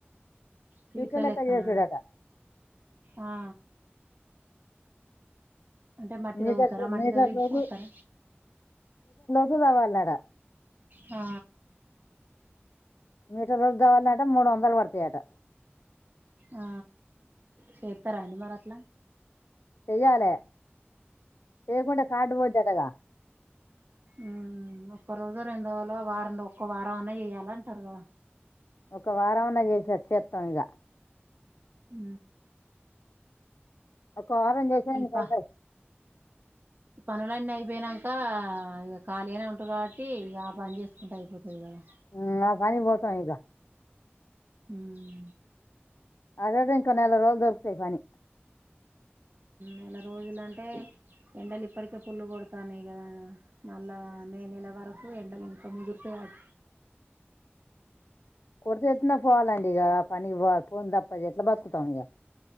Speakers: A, on the right; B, on the left.
A: పీట్ల
B: పీట్ లెక్క
A: లెక్కన
B: చేసేదట
A: ఆ అంటే మట్టి
B: మీటర్
A: తవ్వుతారా మట్టి
B: మీటర్
A: తవ్వి
B: లోతు
A: పొత్తార
B: <unintelligible> డా
A: ఆ
B: మీటర్ రోజు కావాలట మూడు వందలు పడతాయట
A: ఆ చేస్తారా అండి మరి అట్లా
B: చేయాలే చేయకుంటే కార్డ్ పోయిద్దిటగా
A: ఉ ఒక్క రోజు రెండు రోజులో వారం ఒక్క వారం అన్నా చెయాల అంటారు కదా
B: ఒక వారం అన్న చేసి వచ్చేత్తం ఇగ
A: ఉ
B: ఒక వారం చేసే <unintelligible>
A: ప పనులన్నీ అయిపోయినాక ఇక ఖాళీ అనే ఉంటారు కాబట్టి ఇక ఆ పని చేసుకుంటే అయిపోతుంది ఆది కదా
B: ఉమ్, ఆ పని పోతాం ఇక
A: ఊ
B: ఆడోడ ఇంక నెల రోజులు దొరుకుతాయి ఈ పని
A: నెల రోజులుంటే ఎండలు ఇప్పటికే పుల్ కొడతాన్నాయి కదా మళ్ళా మే నెల వరకు ఎండలు ఇంకా ముదురుతయాట
B: <unintelligible> పోవాలండి ఇక పని ఇవ్వాలి పో దప్పది ఎట్లా బతుకుతాం ఇక